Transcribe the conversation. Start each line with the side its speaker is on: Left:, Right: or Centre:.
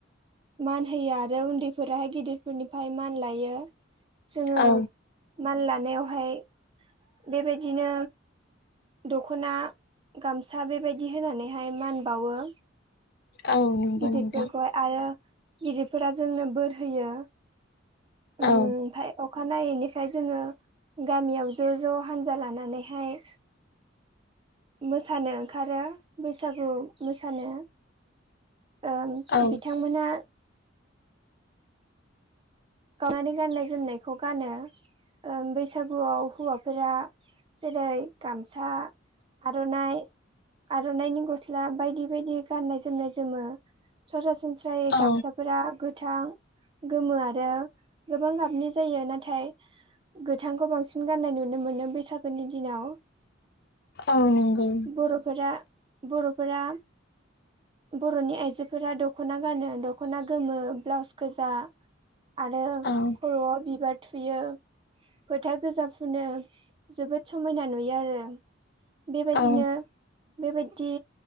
Right: मान होयो आरो उन्दैफोराहाय गिदि रफोरनिफ्राय मान लायो जोङो
Left: औ
Right: मान लानायावहाय बेबायदिनो दख'ना गामसा बेबायदि होनानैहाय मान बावो।
Left: औ नंगौ
Right: गिदिरफोरखौ
Left: नोंथां
Right: हाय आरो गिदिरफोरा जोंनो बोर होयो ओमफ्राय
Left: औ
Right: अखानायैनिफ्राय जोङो गामियाव ज' ज' हानजा लानानैहाय मोसानो ओंखारो बैसागु मोसानो ओं
Left: औ
Right: बिथांमोना गावनानै गाननाय जोमनायखौ गानो ओं बैसागुआव हौवाफोरा जेरै गामसा आर'नाइ आर'नाइनि गस्ला बायदि बायदि गाननाय-जोमनाय जोमो सरासनस्रायै
Left: औ
Right: गामसाफोरा गोथां, गोमो आरो गोबां गाबनि जायो नाथाय गोथांखौ बांसिन गाननाय नुनो मोनो बैसागोनि दिनाव
Left: औ नोंगौ
Right: बर'फोरा बर'फोरा बर'नि आइजोफोरा दख'ना गानो दख'ना गोमो ब्लाउस गोजा आरो
Left: औ
Right: खर'आव बिबार थुयो फोथा गोजा फुनो जोबोद समायना नुयो आरो बेबायदिनो
Left: औ
Right: बेबायदि